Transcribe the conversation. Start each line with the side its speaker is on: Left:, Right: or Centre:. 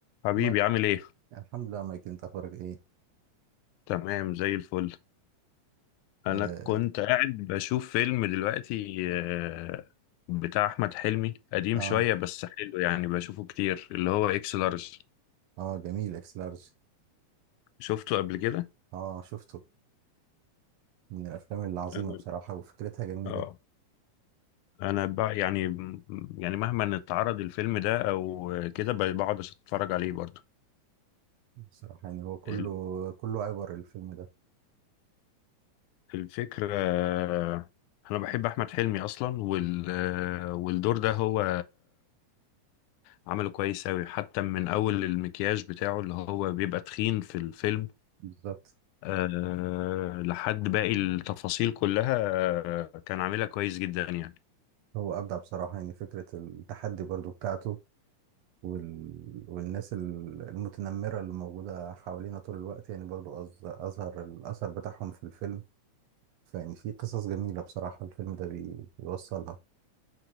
Left: حبيبي
Right: ما
Left: عامل ايه؟
Right: الحمد لله مايك انت اخبارك ايه
Left: تمام زي الفل انا
Right: اه
Left: كنت قاعد بشوف فيلم دلوقتي آه، بتاع احمد حلمي قديم
Right: اه,
Left: شوية بس حلو يعني بشوفه كتير اللي هو اكس لارج
Right: آه جميل اكس لارج
Left: شفته قبل كده؟
Right: اه شفته من الافلام العظيمه
Left: أول.
Right: بصراحه وفكرتها جميله
Left: اه انا بقى يعني يعني مهما اتعرض الفيلم ده او كده ب- بقعد اتفرج عليه برضو
Right: بصراحه يعني هو كله
Left: ال-
Right: كله عبر الفيلم ده
Left: الفكرة آه، انا بحب احمد حلمي اصلا وال آه، والدور ده هو عمله كويس أوي حتى من أول المكياج بتاعه اللي هو بيبقى تخين في الفيلم
Right: بالظبط
Left: أه لحد باقي التفاصيل كلها آه، كان عاملها كويس جدا يعني
Right: هو ابدع بصراحه يعني فكره التحدي برضو بتاعته وال... والناس ال- المتنمره اللي موجوده حوالينا طول الوقت يعني برضو أز... اظهر الاثر بتاعهم في الفيلم فيعني في قصص جميله بصراحه الفيلم ده بي... بيوصلها